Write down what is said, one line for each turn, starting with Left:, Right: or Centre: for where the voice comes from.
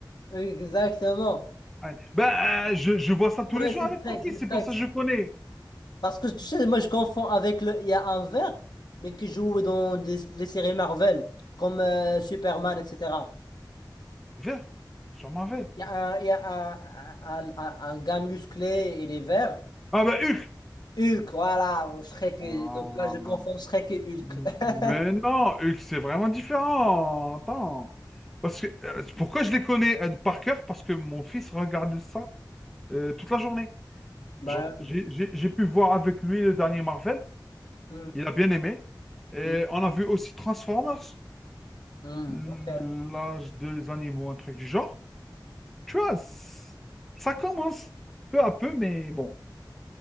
Left: Exactement.
Centre: Ouais. Ben, euh, je, je vois ça tous
Left: Ouais,
Centre: les jours
Left: c'est
Centre: avec
Left: Shrek,
Centre: mon fils.
Left: c'est
Centre: C'est
Left: Shrek,
Centre: pour ça que je connais.
Left: Parce que tu sais, moi je confonds avec le. Il y a un vert, mais qui joue dans des- les séries Marvel, comme euh, Superman, etc.
Centre: Vert. Sur Marvel.
Left: Il y a un, il y a un, un, un, un- un gars musclé, il est vert.
Centre: Ah ben, Hulk.
Left: Hulk, voilà, Shrek.
Centre: Ah.
Left: et- Donc là, je confonds Shrek et Hulk.
Centre: Mais
Left: <laughs>
Centre: non, Hulk, c'est vraiment différent. Attends. Parce que, euh, pourquoi je les connais euh, par cœur? Parce que mon fils regarde ça euh, toute la journée.
Left: Ben,
Centre: Genre, j'ai j'ai- j'ai pu voir avec lui le dernier Marvel.
Left: hum,
Centre: Il a bien aimé. Et
Left: hum,
Centre: on a vu aussi Transformers,
Left: hum.
Centre: l'âge
Left: Ok,
Centre: des animaux, un truc du genre. Tu vois, c- ça commence peu à peu, mais bon.